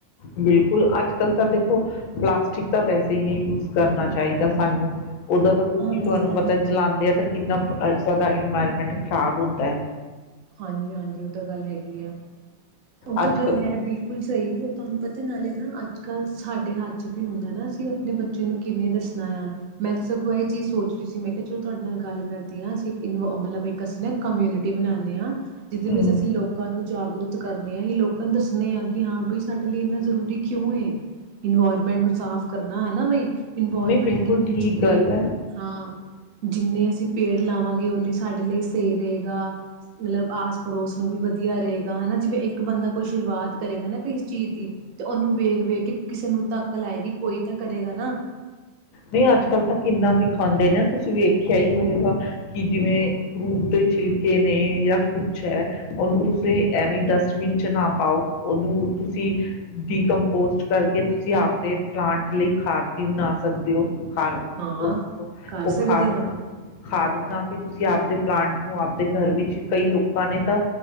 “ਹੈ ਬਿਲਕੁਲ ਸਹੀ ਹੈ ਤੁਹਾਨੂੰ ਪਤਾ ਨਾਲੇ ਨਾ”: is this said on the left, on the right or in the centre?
Right